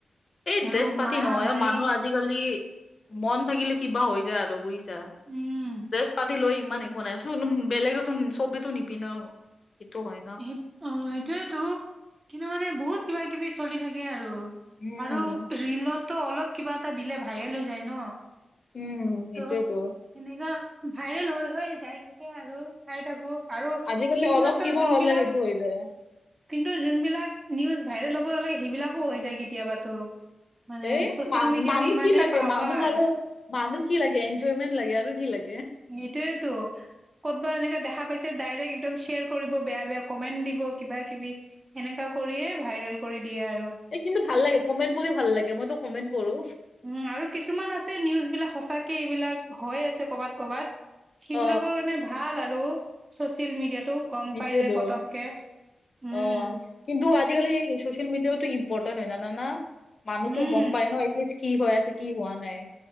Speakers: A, on the left; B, on the right.
A: এই ড্ৰেছ
B: আৰু
A: পাতি
B: মাৰা
A: নহয়
B: মাৰি
A: মানুহ আজিকালি। মন থাকিলে কিবা হৈ যায় আৰু বুজিছা
B: উম
A: । তেজ পাতি লৈ ইমান একো নাই চোন বেলেগেচোন চবিতো নিপিন্ধ। সেইটো হয় ন
B: স অ সেইটোয়েতো কিন্তু মানে বহুত কিবা কিবি চলি থাকে আৰু।
A: উম।
B: আৰু ৰলতটো অলপ কিবা এটা দিলে ভাইৰেল হৈ যায় ন।
A: উম, সেইটোয়েতো
B: ত এনেকা। ভাইৰেল হৈ হয় যাই থাকে আৰু চাই থাকো। আৰু
A: আজিকালি
B: কিছুমানতো
A: অলপ কিবা
B: যোনবিলাক
A: হলে সেইটো হৈ যায়।
B: কিন্তু যোনবিলাক নিউজ ভাইৰেল হ'ব নালাগে সেইবিলাকো হৈ যায় কেতিয়াবাতো। মানে
A: এ
B: ছচিয়েল
A: মান
B: মিডিয়াৰ
A: মানুহ
B: ইমানেই
A: কি লাগে
B: পাৱাৰ
A: মানুহ আৰু মানুহ কি লাগে এনজয়মেন্ট লাগে আৰু কি লাগে ।
B: সটোয়তো ক'তবা এনেকাে দেখা পাইছে ডাইৰেক্ একদম শ্বেয়াৰ কৰিব। বেয়া বেয়া কমেন্ট দিব কিবা কিবি সেনেকা কৰিয়ে ভাইৰেল কৰি দিয়ে আৰু।
A: এই কিন্তু ভাল লাগে কমেন্ট পঢ়ি ভাল লাগে মইতো কমেন্ট পঢ়ো।
B: উম আৰু কিছুমান আছে নিউজ বিলাক সঁচাকে। য বিলাক হৈ আছে কৰ'বাত কৰ'বাত সেইবিলাকৰ
A: অ,
B: কাৰণে ভাল আৰু। চচিয়েল মিডিয়াতটো গম। পাই
A: উ অ কিন্তু।
B: যায় পতককে উম,
A: কিন্তু আজিকালিচিয়েল মিডিয়াওো ইম্পৰ্টেণ্ট হয় জান মানুহতো
B: উম।
A: গম পায় ন এৰিষ্ট'টলৰ। কি হৈ আছে কি হোৱা নাই।